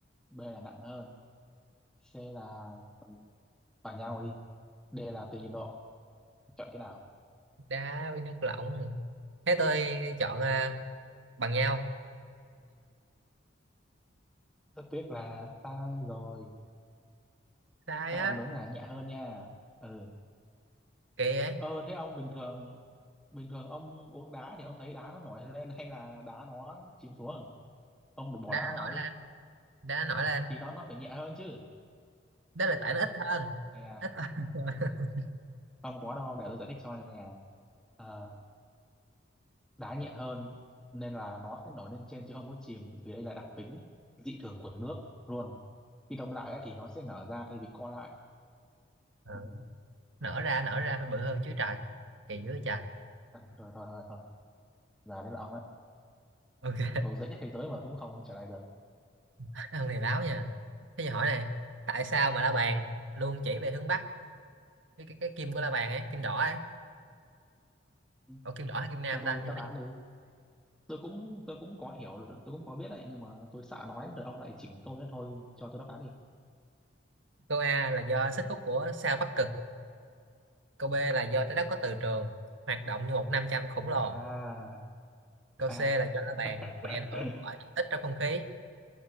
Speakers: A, in the centre; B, on the right.
A: B là nặng hơn C là ừ, bằng nhau đi D là tùy nhiệt độ chọn cái nào
B: đá với nước lỏng hả? thế tôi chọn à, bằng nhau
A: rất tiếc là sai rồi
B: sai
A: Đạo Hoàn
B: á
A: đúng là nhẹ hơn nha. Ừ.
B: kỳ vậy
A: Ờ thế ông bình thường bình thường ông uống đá thì ông thấy đá nó nổi lên hay là đá nó chìm xuống? Ông bỏ
B: đá
A: đá vào
B: nổi
A: ấy
B: lên đá nổi lên
A: thì nó nó phải nhẹ hơn chứ.
B: đó là tại nó ít hơn
A: Nè,
B: ít hơn thôi. <laughs>
A: không có đâu, để tôi giải thích cho nè. Ờ, đá nhẹ hơn nên là nó sẽ nổi lên trên chứ không có chìm vì đây là đặc tính dị thường của nước luôn. Khi đông lại ấy, thì nó sẽ nở ra thay vì co lại.
B: Ờ,
A: Ừ.
B: nở ra nở ra phải bự hơn chứ trời kỳ dưới trời
A: À, thôi thôi thôi không, giờ đến là ông ấy.
B: ok
A: Tôi dễ nhất thế giới mà cũng không trả lời được.
B: <laughs> ông này láo nha thế giờ hỏi này tại sao mà la bàn luôn chỉ về hướng bắc cái cái, cái kim của la bàn ấy kim đỏ ấy
A: Ừ,
B: Ủa kim đỏ hay kim nam
A: Cho tôi
B: ta nhưng
A: đáp
B: mà
A: án đi. tôi cũng tôi cũng có hiểu tôi cũng có biết đấy nhưng mà tôi sợ nói rồi ông lại chỉnh tôi đó thôi cho tôi đáp án đi
B: câu A là do sức hút của sao bắc cực câu B là do trái đất có từ trường hoạt động như một nam châm khổng lồ
A: à
B: Câu
A: à
B: C là do la bàn
A: <laughs>
B: bị ảnh hưởng bởi điện tích trong không khí.